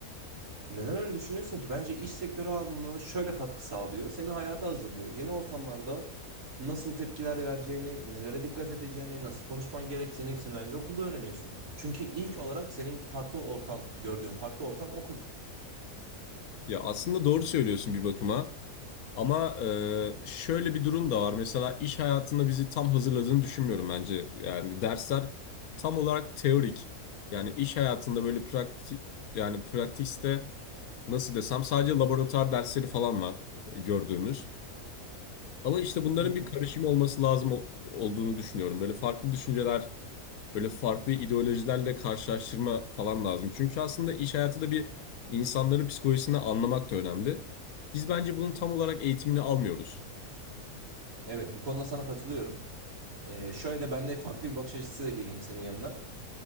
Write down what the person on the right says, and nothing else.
Neden öyle düşünüyorsun ki? Bence iş sektörü anlamında şöyle katkı sağlıyor. Seni hayata hazırlıyor. Yeni ortamlarda nasıl tepkiler vereceğini, nelere dikkat edeceğini, nasıl konuşman gerektiğini hepsini bence okulda öğreniyorsun. Çünkü ilk olarak senin farklı ortam, gördüğün farklı ortam okul.
Hı.
Evet, bu konuda sana katılıyorum. Ee, şöyle ben de farklı bir bakış açısı geleyim senin yanına.